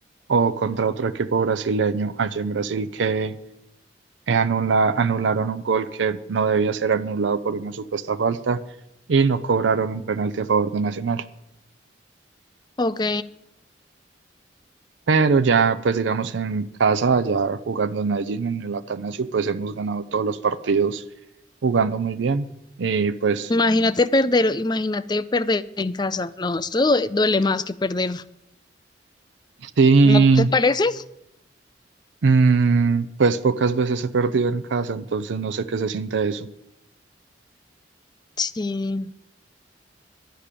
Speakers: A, on the right; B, on the left.
A: o contra otro equipo brasileño allá en Brasil que eh, anula- anularon un gol que no debía ser anulado por una supuesta falta y no cobraron un penalti a favor de Nacional.
B: Ok.
A: Pero ya, pues digamos, en casa, ya jugando en Medellín, en el Atanasio, pues hemos ganado todos los partidos jugando muy bien. Y pues
B: Imagínate perder, imagínate perder en casa. No, esto due- duele más que perder.
A: sí,
B: ¿No te parece?
A: mm, pues pocas veces he perdido en casa, entonces no sé qué se siente eso.
B: Sí.